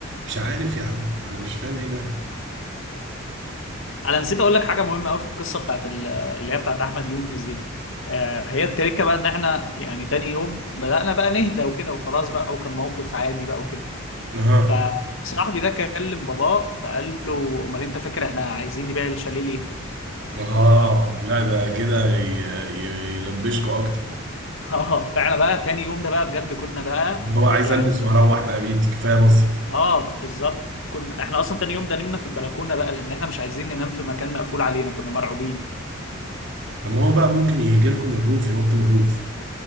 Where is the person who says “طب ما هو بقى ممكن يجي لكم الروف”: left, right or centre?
Right